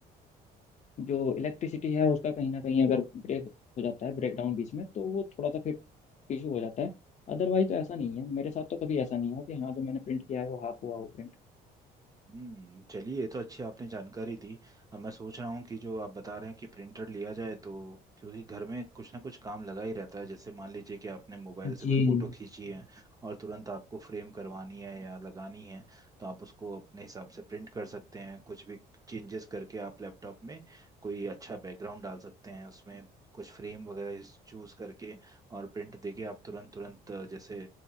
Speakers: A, on the left (about 45°); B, on the right (about 20°).
A: जो इलेक्ट्रिसिटी है उसका कहीं ना कहीं अगर ब्रेक हो जाता है ब्रेकडाउन बीच में तो वो थोड़ा सा फिर इशू हो जाता है अदरवाइज तो ऐसा नहीं है मेरे साथ तो कभी ऐसा नहीं हुआ कि हाँ जो मैंने प्रिंट किया है वो हाफ हुआ हो प्रिंट
B: हम्म चलिए ये तो अच्छी आपने जानकारी दी अब मैं सोच रहा हूँ कि जो आप बता रहे हैं कि प्रिंटर लिया जाए तो क्योंकि घर में कुछ ना कुछ काम लगा ही रहता है जैसे मान लीजिए कि आपने मोबाइल से
A: जी
B: कोई फोटो खींची है और तुरंत आपको फ्रेम करवानी है या लगानी है तो आप उसको अपने हिसाब से प्रिंट कर सकते हैं कुछ भी चेंजेस करके आप लैपटॉप में कोई अच्छा बैकग्राउंड डाल सकते हैं उसमें कुछ फ्रेम वगैरह चूज करके और प्रिंट देके आप तुरंत तुरंत जैसे